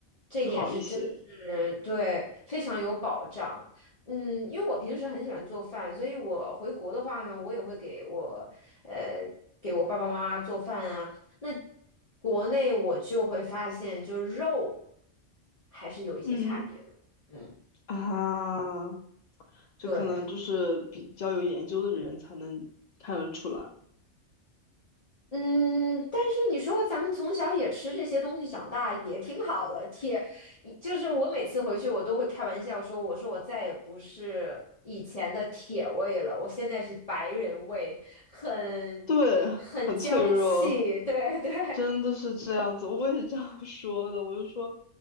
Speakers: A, on the left; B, on the left.
A: 这一点是真的是对非常有保障。
B: 好一些。
A: 嗯，因为我平时很喜欢做饭，所以我回国的话呢，我也会给我呃给我爸爸妈妈做饭啊。那国内我就会发现，就肉还是有一些差别的。
B: 嗯
A: 嗯，
B: 啊，这可能就是比较有研究的人才能看得出来，
A: 对。嗯，但是你说咱们从小也吃这些东西长大，也挺好的。铁，就是我每次回去，我都会开玩笑说，我说我再也不是以前的铁胃了，我现在是白人胃，很很娇气。
B: 对，很脆弱。
A: 对对，
B: 真的是这样子，我也是这样 <laughs> 说的。我就说，